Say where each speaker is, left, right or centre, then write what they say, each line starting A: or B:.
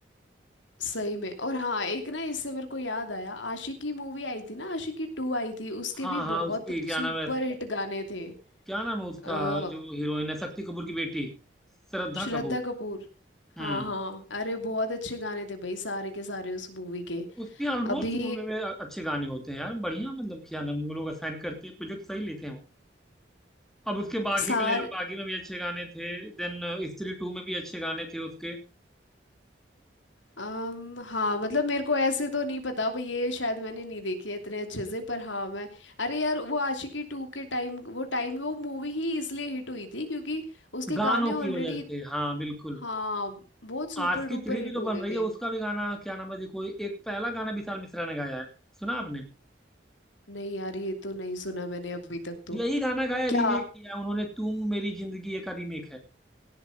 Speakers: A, on the left (about 85°); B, in the centre.
A: सही में और हाँ एक ना इससे मेरे को याद आया आशिकी मूवी आई थी ना आशिकी टू आई थी उसके
B: हाँ
A: भी
B: हाँ
A: बहुत
B: उसकी क्या
A: सुपर
B: नाम है
A: हिट गाने थे
B: क्या नाम है उसका
A: अ,
B: जो हीरोइन है शक्ति कपूर की बेटी श्रद्धा
A: श्रद्धा
B: कपूर
A: कपूर
B: हम्म
A: हाँ हाँ अरे बहुत अच्छे गाने थे भाई सारे के सारे उस मूवी के
B: उसके ऑलमोस्ट
A: अभी
B: मूवी में अच्छे गाने होते हैं यार बढ़िया मतलब क्या नाम वो लोग असाइन करते हैं प्रोजेक्ट सही लेते हैं वो अब उसके बागी
A: सार
B: में ले लो बागी में भी अच्छे गाने थे देन स्त्री टू में भी अच्छे गाने थे उसके
A: अम, हाँ मतलब मेरे को ऐसे तो नहीं पता भाई ये शायद मैंने नहीं देखी है इतने अच्छे से पर हाँ मैं अरे यार वो आशिकी टू के टाइम वो टाइम वो मूवी ही इसलिए हिट हुई थी क्योंकि उसके
B: गानों
A: गाने ऑलरेडी
B: की वजह से हाँ बिल्कुल
A: हाँ बहुत सुपर
B: आज की
A: डुपर
B: थ्री
A: हिट
B: भी तो
A: हो
B: बन
A: गए
B: रही
A: थे
B: है उसका भी गाना क्या नाम है देखो एक पहला गाना विशाल मिश्रा ने गाया है सुना आपने
A: नहीं यार ये तो नहीं सुना मैंने अभी तक तो
B: यही गाना गाया
A: क्या
B: रीमेक किया है उन्होंने तुम मेरी जिंदगी ये का रीमेक है